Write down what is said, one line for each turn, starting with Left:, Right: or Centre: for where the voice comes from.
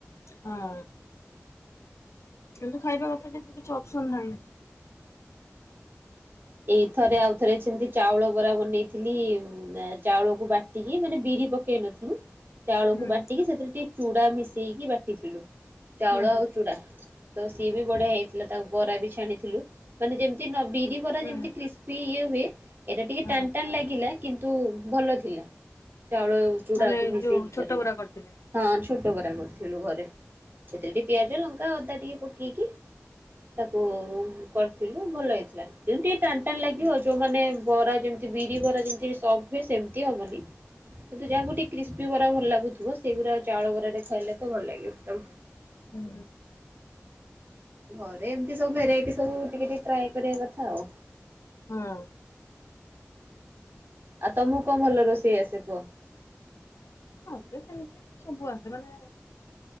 Left: ହଁ। କିନ୍ତୁ ଖାଇବା କଥା କିନ୍ତୁ କିଛି ଅପସନ ନାହିଁ। <unintelligible>
Right: ଏଇ ଥରେ ଆଉଥରେ ସେମିତି ଚାଉଳ ବରା ବନେଇଥିଲି ଚାଉଳକୁ ବା ଏତିକି ମାନେ ବିରି ପକେଇ ନଥିବୁ। ଚାଉଳକୁ
Left: ହୁଁ
Right: ବାଟିକି ସେଥିରେ ଟିକେ ଚୁଡ଼ା ମିଶେଇକି ବାଟିଥିଲୁ ଚାଉଳ
Left: ହୁଁ
Right: ଆଉ ଚୁଡ଼ା। ତ ସିଏ ବି ବଢିଆ ହେଇଥିଲା ତାକୁ ବରା ବି ଛାଣିଥିଲୁ। ମାନେ ଯେମିତି ନ ବିରି
Left: ହୁଁ।
Right: ପରା ଯେମିତି କ୍ରିସ୍ପି ଇଏ ହୁଏ ଏଇଟା ଟିକେ
Left: ହଁ
Right: ଟାନ୍ ଟାନ୍ ଲାଗିଲା। କିନ୍ତୁ ଭଲ ଥିଲା ଚାଉଳ ଚୁଡାକୁ
Left: ମାନେ
Right: ମିଶେଇକି
Left: ଯୋଉ ଛୋଟ
Right: କରିବା।
Left: ବରା କରିଥିଲେ।
Right: ହଁ ଛୋଟ ବରା କରିଥିଲୁ ଘରେ ସେଥିରେ ପିଆ ଜ ଲଙ୍କା, ଅଦା ଟିକେ ପକେଇକି ତାକୁ କରିଥିଲୁ ଭଲ ହେଇଥିଲା। ଯେମତି ଟାନ ଟାନ୍ ଲାଗିବ ଯୋଉମାନେ ବରା ଯେମିତି ବିରି ବରା ଯେମିତି ସ୍ପଟ ହୁଏ ସେମିତି ହବନି। କିନ୍ତୁ ଯାହାକୁ ଟିକେ କ୍ରିସ୍ପି ବରା ଭଲ ଲାଗୁଥିବ ସେଇଗୁରା ଚାଉଳ ବରାରେ ଖାଇଲେ ତ ଭଲ ଲାଗିବ ତାକୁ।
Left: ହୁଁ।
Right: ଘରେ ଏମିତି ସବୁ ଭେରାଇଟି ସବୁ ଟିକେ ଟିକେ ଟ୍ରାଏ କରିବା କଥା ଆଉ।
Left: ହଁ।
Right: <unintelligible> ଆଉ ତମକୁ କଣ ଭଲ ରୋଷେଇ ଆସେ କୁଅ।
Left: ମତେ ସେମିତି ସବୁ ଆସେ ମାନେ